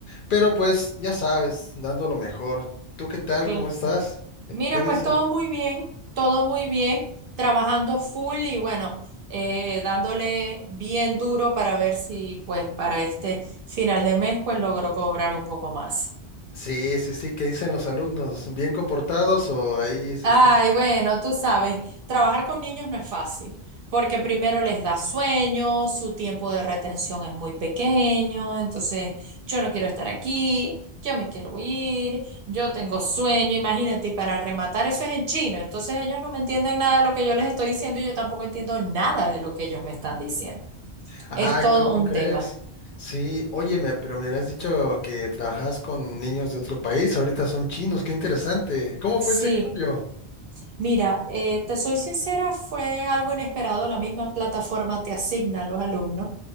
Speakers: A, on the left; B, on the right.
A: pero pues ya sabes, dando lo mejor. ¿Tú qué tal?
B: Claro.
A: ¿Cómo estás? ¿Qué
B: Mira,
A: qué dice?
B: pues todo muy bien, todo muy bien, trabajando full y bueno, eh, dándole bien duro para ver si pues para este final de mes pues logro cobrar un poco más.
A: Sí, sí, sí, ¿qué dicen los alumnos? ¿Bien comportados o ahí se
B: Ay,
A: están?
B: bueno, tú sabes, trabajar con niños no es fácil, porque primero les da sueño, su tiempo de retención es muy pequeño, entonces yo no quiero estar aquí, yo me quiero ir, yo tengo sueño, imagínate, y para rematar eso es en chino, entonces ellos no me entienden nada de lo que yo les estoy diciendo y yo tampoco entiendo nada de lo que ellos me están diciendo.
A: Ah,
B: Es todo
A: ¿cómo
B: un
A: crees?
B: tema.
A: Sí, oye, me- pero me habías dicho que trabajas con niños de otro país, ahorita son chinos, qué interesante. ¿Cómo
B: Sí.
A: fue ese cambio?
B: Mira, eh, te soy sincera, fue algo inesperado. La misma plataforma te asigna a los alumnos.